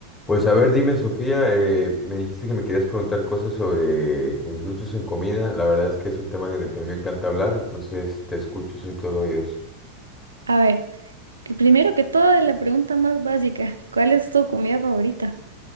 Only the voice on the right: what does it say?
A ver, el primero que todo es la pregunta más básica. ¿Cuál es tu comida favorita?